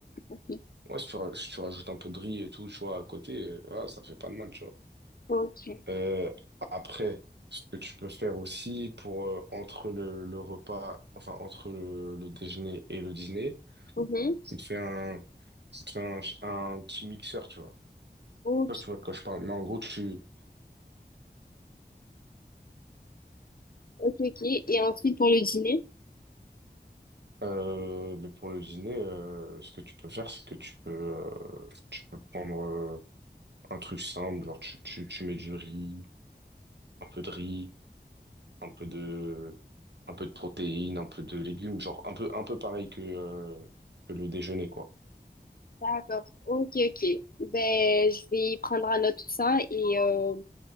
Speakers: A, on the left; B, on the right.
A: Ok.
B: Ouais, si tu, raj- si tu rajoutes un peu de riz et tout, tu vois, à côté, euh, voilà, ça fait pas de mal, tu vois.
A: Ok.
B: Euh, après, ce que tu peux faire aussi pour, euh, entre le, le repas, enfin, entre le, le déjeuner et le dîner,
A: Mhm.
B: c'est de faire un, c'est de faire un, ch- un petit mixeur, tu vois.
A: Ok.
B: Je sais pas si tu vois de quoi je parle, mais en gros, tu,
A: Ok, ok. Et ensuite, pour le dîner?
B: euh, mais pour le dîner, euh, ce que tu peux faire, c'est que tu peux, euh, tu peux prendre, euh, un truc simple, genre, tu, tu, tu mets du riz, un peu de riz, un peu de, un peu de protéines, un peu de légumes, genre un peu, un peu pareil que, euh, que le déjeuner, quoi.
A: D'accord. Ok, ok. Ben, je vais prendre à note tout ça et, euh,